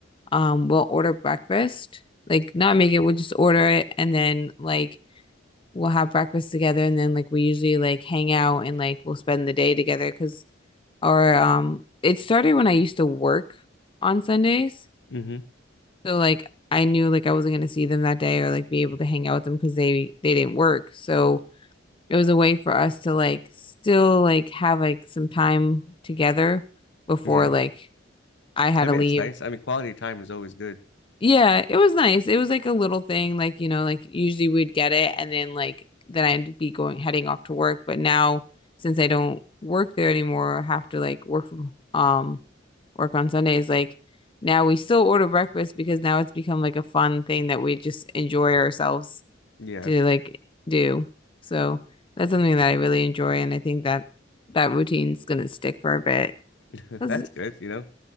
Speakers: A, on the left; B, on the left.
A: um we'll order breakfast like not make it we'll just order it and then like we'll have breakfast together and then like we usually like hang out and like we'll spend the day together because our um it started when I used to work on Sundays.
B: hmm
A: So like I knew like I wasn't gonna see them that day or like be able to hang out with them because they they didn't work. So it was a way for us to like still like have like some time together before
B: Yeah.
A: like I had
B: I
A: to
B: mean,
A: leave
B: it's nice. I mean, quality time is always good.
A: Yeah, it was nice. It was like a little thing, like, you know, like usually we'd get it and then like then I'd be going heading off to work. But now since I don't work there anymore, I have to like work from um work on Sundays, like now we still order breakfast because now it's become like a fun thing that we just enjoy ourselves
B: Yeah.
A: to like do. So that's something that I really enjoy and I think that that routine's gonna stick for a bit.
B: <laughs>
A: 'Cause,
B: That's good, you know.